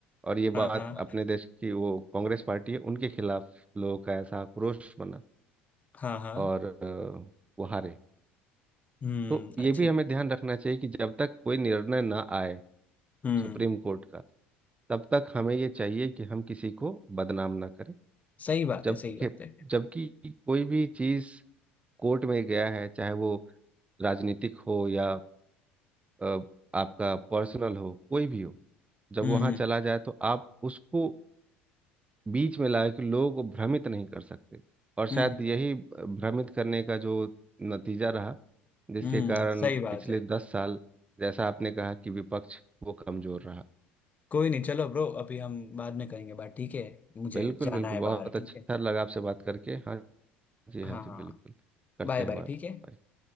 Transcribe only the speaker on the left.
हाँ
हाँ
हाँ हाँ
हम्म
अच्छी
हम्म
सही बात
है सही बात है
हम्म
हम्म
हम्म
हम्म
सही बात
है
कोई नहीं चलो ब्रो अभी हम बाद में करेंगे बात ठीक है मुझे
जाना
है
बाहर
ठीक है
हाँ
हाँ
हाँ।
बाय
बाय
ठीक है